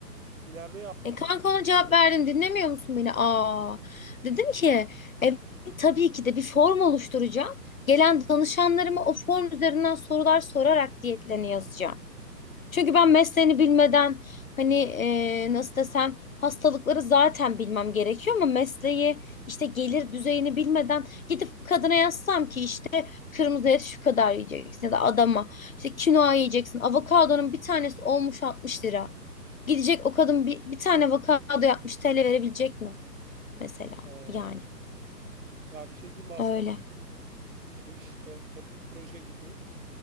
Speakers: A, on the right; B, on the left.
A: İleride yapmayı
B: E kanka
A: düşünüyorum.
B: ona cevap verdim dinlemiyor musun beni? Aa dedim ki evet tabii ki de bir form oluşturacağım. Gelen danışanlarıma o form üzerinden sorular sorarak diyetlerini yazacağım. Çünkü ben mesleğini bilmeden hani e, nasıl desem hastalıkları zaten bilmem gerekiyor ama mesleği işte gelir düzeyini bilmeden gidip kadına yazsam ki işte kırmızı et şu kadar yiyeceksin ya da adama işte kinoa yiyeceksin avokadonun bir tanesi olmuş 60 lira. Gidecek o kadın bir, bir tane avokado yapmış TL verebilecek mi mesela
A: Ee,
B: yani
A: ya bir şey diyeyim mi? aslında
B: öyle.
A: sizin bu işte hem bu proje gibi